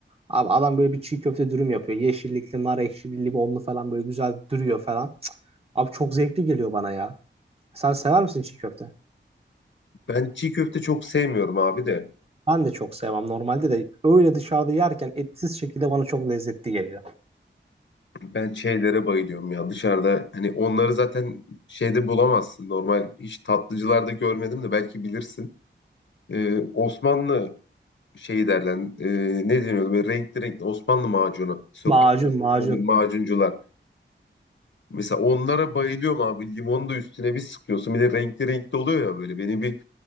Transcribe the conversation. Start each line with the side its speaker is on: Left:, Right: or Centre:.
Right: Abi adam böyle bir çiğ köfte dürüm yapıyor. Yeşillikli, nar ekşili, limonlu falan böyle güzel duruyor falan. Cık, Abi çok zevkli geliyor bana ya. Sen sever misin çiğ köfte?
Left: Ben çiğ köfte çok sevmiyorum abi de.
Right: Ben de çok sevmem normalde de öyle dışarıda yerken etsiz şekilde bana çok lezzetli geliyor.
Left: Ben şeylere bayılıyorum ya dışarıda. Hani onları zaten şeyde bulamazsın. Normal hiç tatlıcılarda görmedim de belki bilirsin. e, Osmanlı şeyi derler. e, ne deniyordu? Böyle renkli renkli Osmanlı macunu. Sokakta
Right: Macun macun.
Left: olur macuncular. Mesela onlara bayılıyorum abi. Limonu da üstüne bir sıkıyorsun. Bir de renkli renkli oluyor ya böyle. Beni bir